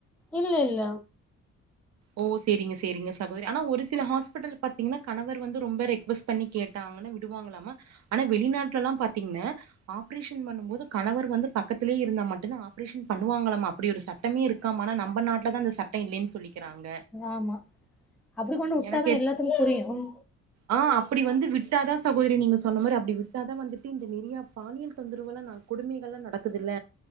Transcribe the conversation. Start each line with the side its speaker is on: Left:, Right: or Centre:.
Centre: இல்ல இல்ல
Right: ஓ சேரிங்க சேரிங்க சகோதரி ஆனா ஒரு சில ஹாஸ்பிடல் பாத்தீங்கன்னா கணவர் வந்து ரொம்ப ரெக்கொஸ்ட் பண்ணி கேட்டாங்கனா விடுவாங்லாமா ஆனா வெளிநாட்லலா பாத்தீங்னா ஆப்ரேஷன் பண்ணும்போது கணவர் வந்து பக்கத்திலயே இருந்தா மட்டுந்தா ஆப்ரேஷன் பண்ணுவாங்களாமா அப்படி ஒரு சட் டமே இருக்காமா ஆனா நம்ம நாட்லதா அந்த சட்ட இல்லைன்னு சொல்லிக்கிறாங்க
Centre: ஆமா அப்டி கொண்டு வுட்டாதா
Right: எனக்கு எப்
Centre: எல்லாத்துக்கு புரியு ம்
Right: ஆ அப்டி வந்து விட்டாதா சகோதரி நீங்க சொன்ன மாரி அப்டி விட்டாதா வந்துட்டு இந்த நிறையா பாலியல் தொந்தரவுலா அ கொடுமைகள்லா நடக்குதுல